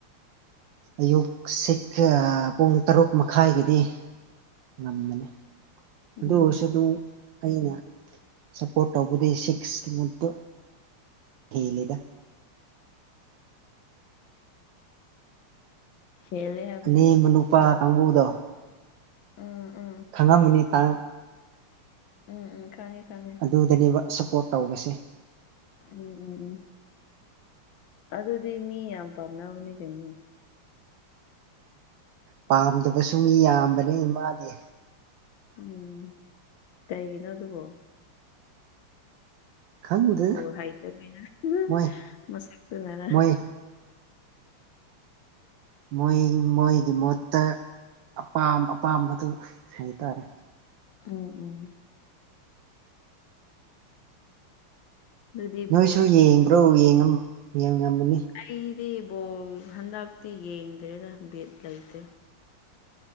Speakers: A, on the right; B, on the left.
A: ꯑꯌꯨꯛ ꯁꯤꯒ ꯄꯨꯡ ꯇꯔꯨꯛ ꯃꯈꯥꯏꯒꯤꯗꯤ ꯉꯟꯕꯅꯤ
B: ꯎꯝ
A: ꯑꯗꯣ ꯑꯣꯏꯔꯁꯨ
B: ꯎꯝ
A: ꯑꯗꯨꯝ ꯑꯩꯅ ꯁꯞꯄꯣꯔꯠ ꯇꯧꯕꯗꯤ ꯁꯤꯛꯁꯃꯨꯛꯀ ꯍꯦꯜꯂꯤꯗ
B: ꯍꯦꯜꯂꯦ ꯍꯥꯏꯕꯗꯤ
A: ꯑꯅꯦꯝꯕ ꯅꯨꯄꯥ ꯀꯥꯡꯕꯨꯗꯣ
B: ꯎꯝ ꯎꯝ
A: ꯈꯪꯉꯝꯒꯅꯤꯇꯥ
B: ꯎꯝ ꯎꯝ ꯈꯪꯉꯦ ꯈꯪꯉꯦ
A: ꯑꯗꯨꯗꯅꯦꯕ ꯁꯞꯄꯣꯔꯠ ꯇꯧꯕꯁꯦ
B: ꯎꯝ ꯎꯝ ꯎꯝ ꯑꯗꯨꯗꯤ ꯃꯤ ꯌꯥꯝ ꯄꯥꯝꯅꯕꯅꯦ ꯀꯩꯅꯣ
A: ꯄꯥꯝꯗꯕꯁꯨ ꯃꯤ ꯌꯥꯝꯕꯅꯤ ꯃꯥꯗꯤ
B: ꯎꯝ ꯀꯩꯒꯤꯅꯣ ꯑꯗꯨꯕꯣ
A: ꯈꯪꯗꯦ
B: ꯕꯣꯜ ꯍꯩꯇꯕꯅꯤ <unintelligible>
A: ꯃꯣꯏ
B: ꯃꯁꯛꯇꯨꯅꯔ
A: ꯃꯣꯏ ꯃꯣꯏ ꯃꯣꯏꯒꯤ ꯃꯣꯠꯇ ꯑꯄꯥꯝ ꯑꯄꯥꯝꯕꯗꯨ ꯍꯥꯏꯇꯥꯔꯦ
B: ꯎꯝ ꯎꯝ ꯑꯗꯨꯗꯤ
A: ꯅꯣꯏꯁꯨ
B: ꯕꯣꯜꯁꯨ
A: ꯌꯦꯡꯕ꯭ꯔꯣ ꯌꯦꯡꯉꯝ ꯌꯦꯡꯉꯝꯃꯅꯤ
B: ꯑꯩꯗꯤ ꯕꯣꯜ ꯍꯟꯗꯛꯇꯤ ꯌꯦꯡꯗ꯭ꯔꯦꯗ ꯕꯤꯠ ꯂꯩꯇꯦ